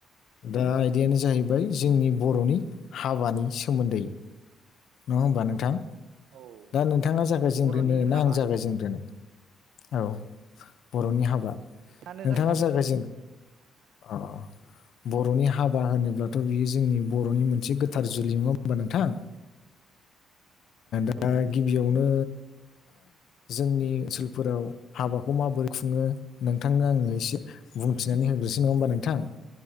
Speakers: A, on the left (about 70°); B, on the right (about 75°).
A: दा आयदायानो जाहैबाय जोंनि बर'नि हाबानि सोमोन्दै नङा होमबा नोंथां ।
B: औ
A: दा नोंथाङा जागायजेनग्रोनो
B: औ बर'नि
A: ना
B: हाबा
A: आं जागायजेनग्रोनो । औ बर'नि हाबा
B: आनो
A: नोंथाङा
B: जा नोंथां
A: जागायजेन अ बर'नि हाबा होनोब्लाथ' बियो जोंनि बर'नि मोनसे गोथार जुलि नुङा होमबा नोंथां ओ दा
B: औ
A: गिबियावनो जोंनि ओनसोलफोराव हाबाखौ माबोरै खुङो नोंथांनो आङो एसे बुंथिनानै होग्रोसै नङा होमबा नोंथां